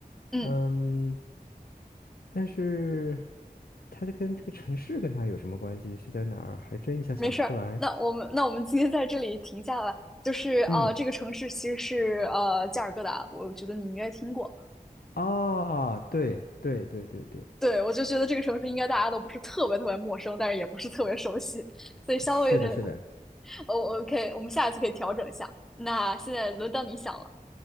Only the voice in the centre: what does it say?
嗯。
没事儿，那我们那我们今天在这里停下吧。就是呃，
这个城市其实是呃加尔各答，我觉得你应该听过。
对，我就觉得这个城市应该大家都不是特别特别陌生，但是也不是特别熟悉，所以稍微有点。
哦，OK，我们下一次可以调整一下。那现在轮到你想了，